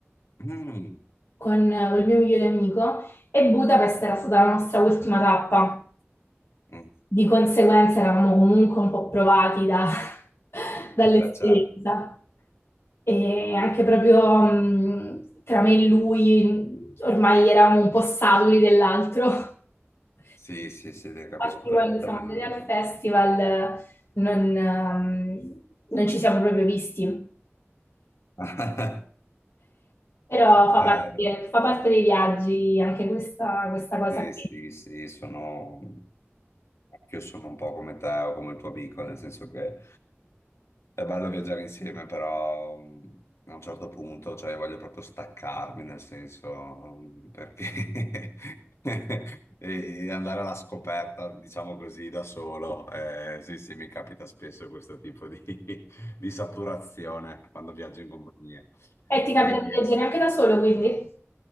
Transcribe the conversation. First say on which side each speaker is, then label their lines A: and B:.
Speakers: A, on the left; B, on the left.
A: Mm.
B: con eh, il mio migliore amico e Budapest era stata la nostra ultima tappa.
A: Mm.
B: Di conseguenza eravamo comunque un po' provati da- <laughs> dall'esperienza
A: Beh, certo.
B: e anche proprio mh, tra me e lui ormai eravamo un po' saturi dell'altro. <laughs>
A: Sì, sì, sì, te capisco
B: Infatti
A: perfettamente.
B: quando siamo andati al festival eh, non, ehm, non ci siamo proprio visti.
A: <laughs>
B: Però fa
A: Eh,
B: parte, fa parte dei viaggi anche questa, questa cosa
A: Sì,
B: qui.
A: sì, sì, sono... Io sono un po' come te o come il tuo amico, nel senso che è bello viaggiare insieme, però mh, a un certo punto, cioè, io voglio proprio staccarmi, nel senso, mh, perché <laughs> e e andare alla scoperta, diciamo così, da solo. eh, sì, sì, mi capita spesso questo tipo di, <laughs> di saturazione quando viaggio in compagnia.
B: E ti capita
A: E-
B: di viaggiare anche da solo, quindi?